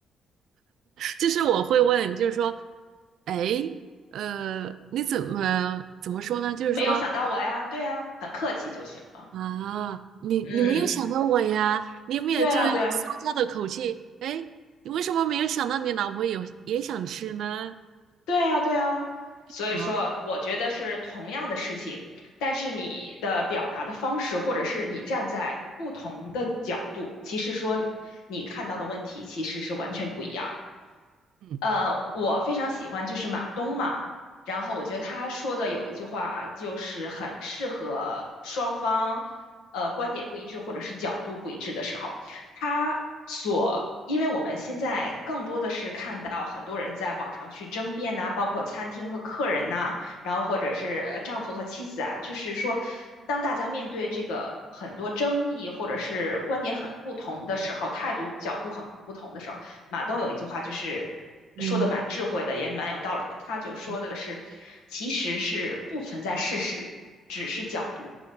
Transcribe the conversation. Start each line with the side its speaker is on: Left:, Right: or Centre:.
Right: 就是我会问，就是说，哎，呃，你怎么怎么说呢？就是说，
Left: 没有想到我呀，对啊，很客气就行了。
Right: 啊，你你没有想到我呀？
Left: 嗯，
Right: 你有没有这用撒娇的口气？
Left: 对啊，对啊，
Right: 哎，你为什么没有想到你老婆也也想吃呢？
Left: 对啊，对啊。所以说，
Right: 嗯
Left: 我觉得是同样的事情，但是你的表达的方式，或者是你站在不同的角度，其实说你看到的问题其实是完全不一样
Right: 嗯，
Left: 呃，我非常喜欢就是马东嘛，然后我觉得他说的有一句话就是很适合双方，呃，观点不一致或者是角度不一致的时候，他所，因为我们现在更多的是看到很多人在网上去争辩呐、包括餐厅和客人呐、然后或者是呃丈夫和妻子啊，就是说，当大家面对这个很多争议或者是观点很不同的时候，态度角度很不同的时候。马东有一句话就是说的蛮智慧的，
Right: 嗯
Left: 也蛮有道理的。他就说的是，
Right: 嗯，
Left: 其实是不存在事实，只是角度。